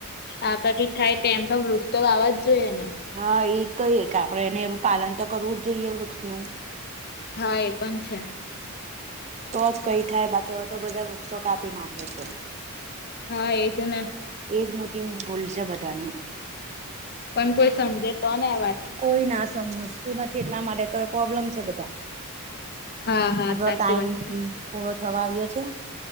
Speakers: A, on the left (about 45°); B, on the right (about 30°).
A: આપણાથી થાય તેમ તો વૃક્ષ તો આવવા જ જોઈએ ને.
B: હા એ તો એક આપણે એને પાલન તો કરવું જ જોઈએ. વૃક્ષનું
A: હા એ પણ છે.
B: તો જ કંઈ થાય. બાકી તો હવે બધા વૃક્ષો કાપી નાખે છે.
A: હા એજ ને
B: એ જ મોટી ભૂલ છે. બધાની
A: પણ કોઈ સમજે તો વાત
B: કોઈ ના સમજતું નથી. એટલા માટે તો પ્રોબ્લેમ છે બધા
A: હા હા
B: આપણો
A: સાચી
B: ટાઈમ
A: વાત છે
B: પૂરો થવા આવ્યો છે.